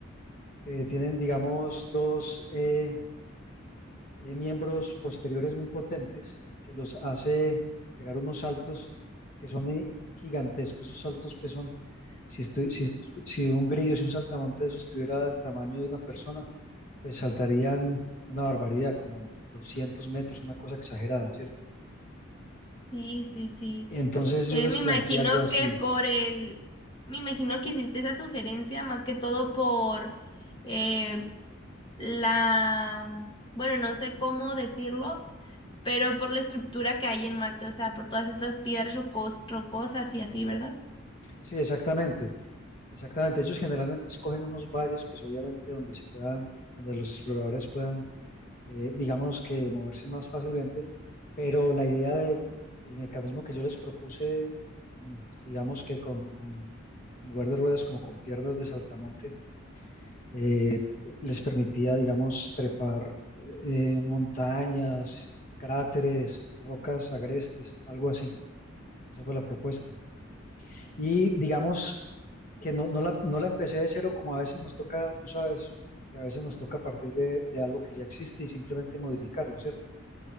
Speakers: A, on the left; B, on the left.
A: que tienen, digamos, dos eh, eh, miembros posteriores muy potentes que los hace pegar unos saltos que son eh, gigantescos. Esos saltos, pues son, si, estoy, si, si un grillo, si un saltamonte de esos tuviera el tamaño de una persona, pues saltarían una barbaridad, como 200 metros, una cosa exagerada, ¿cierto?
B: Sí, sí, sí.
A: Entonces
B: Eh,
A: yo les
B: me
A: planteé
B: imagino
A: algo así.
B: que por el, me imagino que hiciste esa sugerencia más que todo por eh, la, bueno, no sé cómo decirlo, pero por la estructura que hay en Marte, o sea, por todas estas piedras rocos- rocosas y así, ¿verdad?
A: Sí, exactamente, exactamente. Ellos generalmente escogen unos valles, pues obviamente donde se puedan, donde los exploradores puedan, eh, digamos que moverse más fácilmente, pero la idea del, del mecanismo que yo les propuse, mm, digamos que con, con, en lugar de ruedas, como con piernas de saltamontes, eh, les permitía, digamos, trepar eh, montañas, cráteres, rocas agrestes, algo así. Esa fue la propuesta. Y digamos que no, no, la, no la empecé de cero como a veces nos toca, tú sabes, que a veces nos toca partir de, de algo que ya existe y simplemente modificarlo, ¿cierto?